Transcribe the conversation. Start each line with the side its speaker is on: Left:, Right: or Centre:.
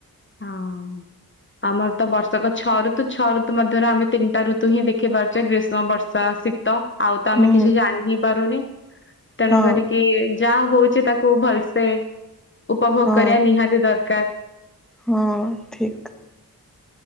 Left: ହଁ। ଆମର ତ ବର୍ଷକ ଛ ଋତୁ ଛଅ ଋତୁ ମଧ୍ୟରେ ଆମେ ତିନିଟା ଋତୁ ହିଁ ଦେଖି ପାରୁଛେ ଗ୍ରୀଷ୍ମ ବର୍ଷା ‌। ଶୀତ ଆଉ ତ ଆମେ
Centre: ହୁଁ
Left: କିଛି ଜାଣି ହିଁ ପାରୁନି ତେଣୁ
Centre: ହଁ
Left: କରିକି। କେ ଯା ହଉଛି ତାକୁ ଭଲସେ ଉପଭୋଗ
Centre: ହଁ
Left: କରିବା ନିହାତି ଦରକାର।
Centre: ହଁ ଠିକ।